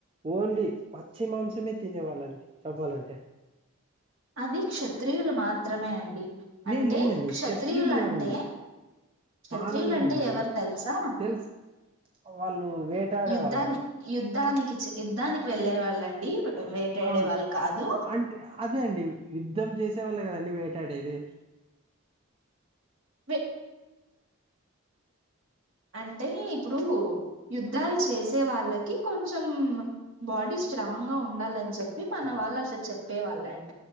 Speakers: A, on the right; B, on the right.
A: ఓన్లీ పచ్చి మాంసమే తినేవాళ్ళ, చెప్పాలంటే.
B: అది క్షత్రియులు మాత్రమే అండి. అంటే
A: లేదు లేదండి
B: క్షత్రియులు అంటే.
A: కాదండి
B: క్షత్రియులంటే
A: మానవులే అండి
B: ఎవరు తెలుసా ఆ.
A: తెలుసు వాళ్ళు వేటాడే
B: యుద్ధాన్ని,
A: వాళ్ళు కదా
B: యుద్ధానికి చె, యుద్ధానికి వెళ్ళే వాళ్ళండి. వేటాడే
A: అవున్,
B: వాళ్ళు కాదు
A: అంటే అదే అండి యుద్ధం. చేసేవాళ్లే గదండి వేటాడేది.
B: వె. అంటే ఇప్పుడు, యుద్ధాలు చేసే వాళ్ళకి కొంచం మ్ బాడీ. స్ట్రాంగ్ గా ఉండాలని చెప్పి మన వాళ్ళు అసలు చెప్పే వాళ్ళ అంన్.